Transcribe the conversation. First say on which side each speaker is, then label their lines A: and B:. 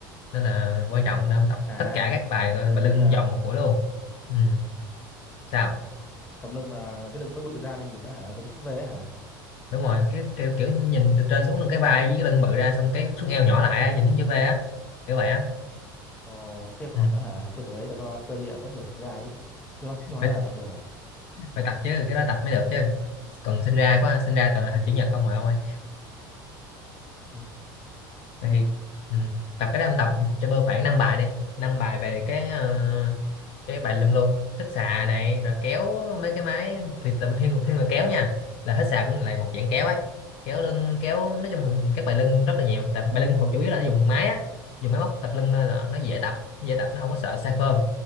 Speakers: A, on the left; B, on the left.
A: nên là quan trọng để ông tập
B: à
A: tất cả các bài coi
B: thì
A: bài
B: kiểu
A: lưng
B: như là
A: vòng một buổi luôn ừ. sao
B: tập lưng là là cái lưng nó bự ra nên nhìn nó hả giống chữ V ấy hả
A: đúng rồi cái kiểu, kiểu nhìn từ trên xuống là cái vai với cái lưng bự ra xong cái xuống eo nhỏ lại á, nhìn giống chữ V á kiểu vậy á
B: ồ thế còn
A: ừ.
B: nó hả tôi tưởng đấy là do cơ địa mỗi người sinh ra ấy chứ hóa- chứ hóa
A: Phải
B: ra là tập được à
A: phải tập chứ cái đó tập mới được chứ còn sinh ra có sinh ra toàn là thành chữ nhật không mà ông ơi
B: ừ.
A: Vậy
B: Ừ.
A: thì ừ, tập cái đó ông tập cho tôi khoảng 5 bài đi 5 bài về cái ờ, cái bài lưng luôn hít xà này rồi kéo mấy cái máy thì tập thiên thiên là kéo nha là hít xà cũng là một dạng kéo ấy kéo lưng kéo nói chung là các bài lưng rất là nhiều tại bài lưng hầu chủ yếu là nó dùng máy á dùng máy móc tập lưng nên là nó dễ tập nó dễ tập nó không có sợ sai form